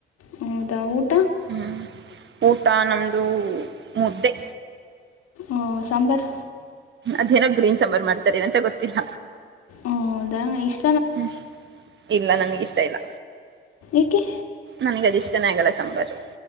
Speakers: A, on the left; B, on the right.
A: ಹೌದಾ ಊಟ
B: ಹ್ಮ್ ಊಟ ನಮ್ದು ಮುದ್ದೆ.
A: ಓ ಸಾಂಬಾರ್
B: ಅದೇನೋ ಗ್ರೀನ್ ಸಾಂಬಾರ್ ಮಾಡ್ತಾರೆ ಎನಂತ ಗೊತ್ತಿಲ್ಲ.
A: ಆ, ಹೌದಾ ಎಸ್ಟ್
B: ಹ್ಮ್ ಇಲ್ಲ ನಮ್ಗಿಷ್ಟ ಇಲ್ಲ.
A: ಏಕೆ
B: ನನ್ಗ ಅದಿಷ್ಟನೆೇ ಆಗಲ್ಲ ಸಾಂಬಾರು